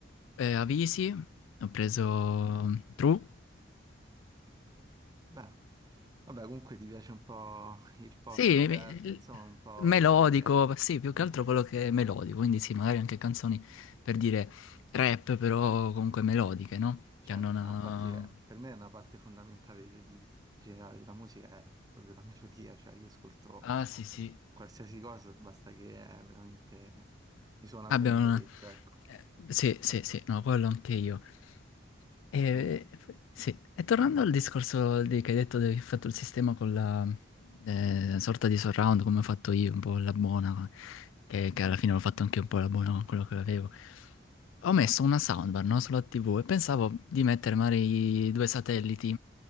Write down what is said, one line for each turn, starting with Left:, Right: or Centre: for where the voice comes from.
Left: eh, Avisi, ho preso
Right: Mm.
Left: True
Right: Beh. Vabbè, comunque ti piace un po' il pop,
Left: Sì,
Right: rap,
Left: mi-
Right: insomma, un po'
Left: melodico,
Right: il genere.
Left: sì, più
Right: Mhm.
Left: che altro quello che è melodico, quindi sì, magari anche canzoni per dire rap, però comunque melodiche, no?
Right: Certo,
Left: Che hanno una...
Right: no, infatti è- per me è una parte fondamentale de- generale della musica, è proprio la melodia, cioè io ascolto
Left: Ah, sì, sì.
Right: qualsiasi cosa, basta che è veramente mi suona
Left: Abbiamo
Right: bene all'orecchio,
Left: una...
Right: ecco.
Left: eh, Sì, sì, sì, no, quello anche io. E,
Right: E-
Left: sì, e tornando al discorso di, che hai detto di- che hai fatto il sistema con la eh, sorta di surround, come ho fatto io, un po' la buona, che,
Right: mhm.
Left: che alla fine l'ho fatto anche un po' la buona con quello che avevo. Ho messo una soundbar, no, sulla TV e pensavo di mettere magari i due satelliti.